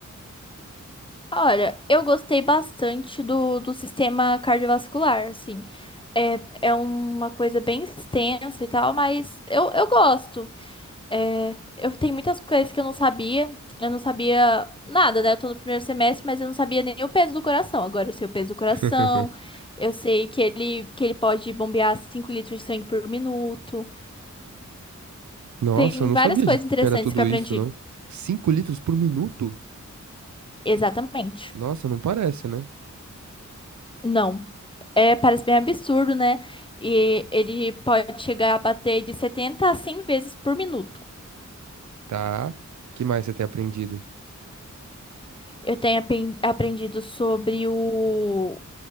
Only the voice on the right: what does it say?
<laughs>
Nossa,
eu não
sabia
de-
que era tudo
isso, não. 5 litros por minuto?
Nossa, não parece, né?
Tá. Que mais você tem aprendido?